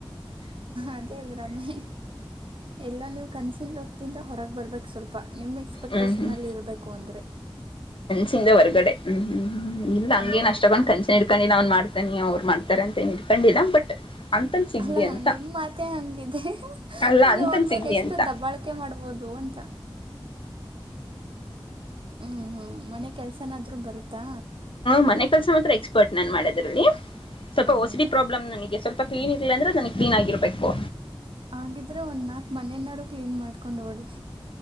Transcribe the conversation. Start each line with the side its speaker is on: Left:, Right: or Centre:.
Right: ಅದೇ ಭ್ರಮೆ ಎಲ್ಲಾ ನೀವು ಕನಸಿನ ಲೋಕದಿಂದ ಹೊರಗೆ ಬರಬೇಕು ಸ್ವಲ್ಪ ನಿಮ್ಮ ಎಕ್ಸ್ಪೆಕ್ಟೇಷನಲ್ಲಿ
Left: ಹ್ಮ್ ಹ್ಮ್
Right: ಇರಬೇಕು ಅಂದರೆ
Left: ಚದ ಹೊರ್ಗಡೆ ಹ್ಮ್ ಹ್ಮ್ ಇಲ್ಲ
Right: ಹ್ಞೂ
Left: ಹಂಗೇನ್ ಅಷ್ಟಕೊಂಡ್ ಕಂಚನ್ ಇಡ್ಕೊಂಡಿ ನ್ನ್ ಮಾಡ್ತಾನಿ ಅವ್ ಮಾಡತ ಅಂತೇ ಖಂಡಿತಾ ಬಟ್ ಅಂತನ್ ಸಿಗ್ಲಿ
Right: ಅಲ್ಲ ಹಾ
Left: ಅಂತ
Right: ನಿಮ್ ಮಾತೆ ಹಂಗಿದೆ
Left: ಅಲ್ಲ
Right: ಇನ್ನು
Left: ಅಂತನ್
Right: ಅವ್ರ
Left: ಸಿಗ್ಲಿ
Right: ಮೇಲೆ ಎಷ್ಟು
Left: ಅಂತ
Right: ದಬ್ಬಾಳಕೆ ಮಾಡ್ಬೋದು ಅಂತ ಹ್ಮ್ ಹ್ಮ್ ಮನೆ ಕೆಲಸನಾದ್ರೂ ಬರುತ್ತಾ
Left: ಮನೆ ಕೆಲಸ ಮಾಡದಲ್ಲಿ ಎಕ್ಸ್ ಫೋಟೋ ಮಾಡೋದ್ರಲ್ಲಿ ಸ್ವಲ್ಪ ಓಸಿಡಿ
Right: ಹಾಂ
Left: ಪ್ರಾಬ್ಲಮ್ ನನಗೆ ಸ್ವಲ್ಪ ಕ್ವೀನ್ ಕಿಲ್ಲೆಯ ಅಂದ್ರೆ ನನಗೆ ಕ್ಲೀನಾಗಿ ಇರಬೇಕು
Right: ಹಾಗಿದ್ದರೆ ಒಂದು ನಾಲ್ಕು ಮನೆಯನ್ನು ಕ್ಲೀನ್ ಮಾಡಿಕೊಂಡು ಹೋಗಲಿ